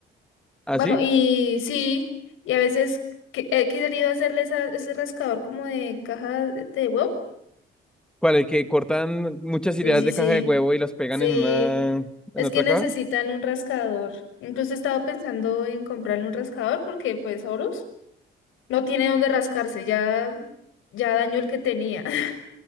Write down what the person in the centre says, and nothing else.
¿Así?
¿Cuál? El que cortan muchas ideas
de
caja de huevo y las pegan
en una, en
otra
caja.